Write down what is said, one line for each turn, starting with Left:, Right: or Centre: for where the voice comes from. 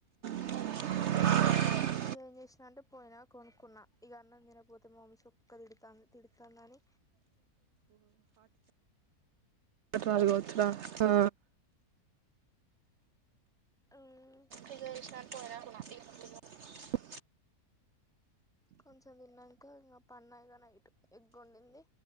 Right: <inaudible>
Centre: ఇక ఏం చేసినాంటే పోయినా కొనుక్కున్నా ఇక అన్నం తినకపోతే మామస్ ఒక్క తిడుతాంది తిడుతాందిని
Right: హట్లుగాతురా ఆ
Centre: అవు
Right: <inaudible>
Centre: కొంచం దీన్నాను. ఇంకా పన్నా యిగ నైటు, ఎగ్గోండింది,